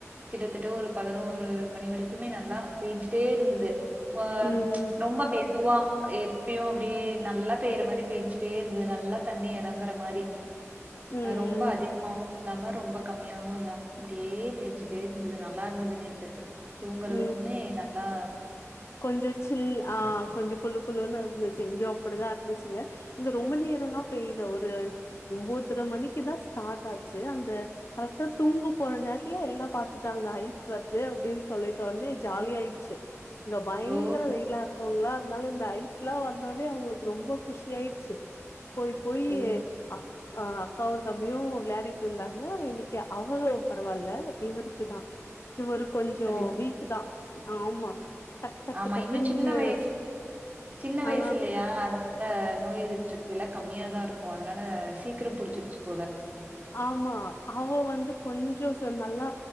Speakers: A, on the right (about 30°); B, on the left (about 55°).
A: கிட்டத்தட்ட ஒரு பதினோரு மணி வரைக்குமே நல்லா பேஞ்சிட்டே இருந்துது அ
B: ம்
A: ரொம்ப மெத் அதுவா எப்பியு அப்டியே நல்லா பெய்ற மாரி பேஞ்சுட்டே இருந்துது நல்லா தண்ணி எறங்குற மாரி
B: ம்
A: அ ரொம்ப அதிகமாவும் இல்லாம ரொம்ப கம்மியாவும் இல்லாம அப்டியே பேஞ்சுட்டே இருந்துது நல்லா இருந்துது நேத்து தூங்கறதுக்குமே
B: ம்
A: நா நா
B: கொஞ்சோ சில் அ கொஞ்சோ குழு குழுன்னு இருந்துச்சு செஞ்சோ அப்டிதா இருந்துச்சுங்க இங்க ரொம்ப நேரோல்லா பெய்ல ஒரு ஒம்பொதர மணிக்குதா ஸ்டார்ட்டாச்சு அந்த கரெக்டா தூங்க போற நேரத்துல எல்லா பாத்துட்டாங்க ஐஸ் வருது அப்டின்னு சொல்லிட்டொன்னே ஜாலியா ஆயிடுச்சு இங்க பயங்கர
A: ஓகே.
B: வெயிலாருக்குங்ளா அத அதனால இந்த ஐஸ்லா வந்தோன அவுங்களுக்கு ரொம்ப குஷியாயிடுச்சு போய் போயி
A: ஓ!
B: அக் அ அக்காவு தம்பியு விளையாடிட்டு இருந்தாங்க இன்னிக்கி அவுங்களோ பரவால்ல இவுருக்கு தா இவுரு கொஞ்சோ
A: சரி.
B: வீக்குதா ஆமா டக்கு டக்கு
A: ஆமா
B: டக்குன்னு
A: இன்னு சின்ன வயசு சின்ன வயசிலயா
B: ஆ
A: அதனால நோய் எதிர்ப்பு சக் இதெல்லா கம்மியாதா இருக்கு அதனால சீக்கிரம் புடிச்சிருச்சுப் போல
B: ஆமா அவன் வந்து கொஞ்சோ ச நல்லா